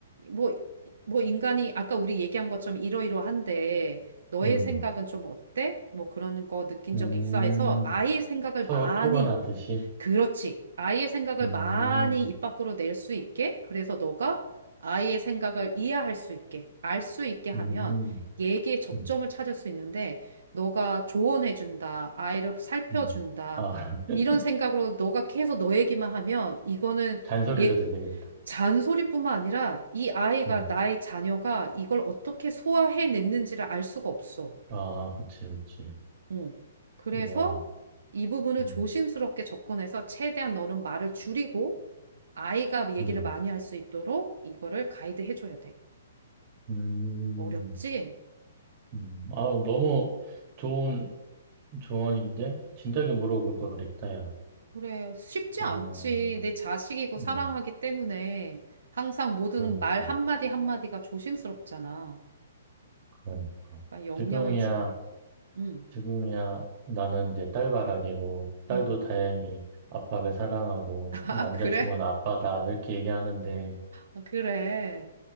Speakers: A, on the right; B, on the right.
A: 뭐, 뭐 인간이 아까 우리 얘기한 것처럼 이러이러한데 너의
B: 음.
A: 생각은 좀 어때? 뭐 그런 거 느낀
B: 음,
A: 적이 있어 해서 아이의 생각을
B: 서로
A: 많이,
B: 토론하듯이.
A: 그렇지. 아이의 생각을
B: 음,
A: 많이 입 밖으로 낼 수 있게. 그래서 너가 아이의 생각을 이해할 수 있게, 알 수 있게 하면
B: 음,
A: 얘기의 접점을
B: 음,
A: 찾을 수 있는데 너가 조언해준다, 아이를 살펴준다,
B: 음. 아, <laughs>
A: 이런 생각으로 너가 계속 너 얘기만 하면 이거는
B: 잔소리로
A: 얘
B: 들리겠다.
A: 잔소리뿐만 아니라 이 아이가,
B: 음,
A: 나의 자녀가 이걸 어떻게 소화해냈는지를 알 수가 없어.
B: 아, 그치, 그치.
A: 응. 그래서
B: 우와,
A: 이 부분을
B: 음,
A: 조심스럽게 접근해서 최대한 너는 말을 줄이고 아이가 얘기를
B: 음,
A: 많이 할 수 있도록 이거를 가이드해줘야 돼.
B: 음,
A: 어렵지?
B: 음. 아, 너무 좋은 조언인데? 진작에 물어볼 걸 그랬다, 야.
A: 그래, 쉽지
B: 어,
A: 않지. 내 자식이고 사랑하기
B: 음,
A: 때문에 항상 모든
B: 그러니까,
A: 말 한마디 한마디가 조심스럽잖아.
B: 그러니까.
A: 그러니까 영향을
B: 지금이야.
A: 주니까. 응,
B: 지금이야 나는 이제 딸바라기고 딸도
A: 응.
B: 다행히 아빠를 사랑하고
A: <laughs> 아,
B: 남자친구는
A: 그래?
B: 아빠다 이렇게 얘기하는데
A: 아, 그래.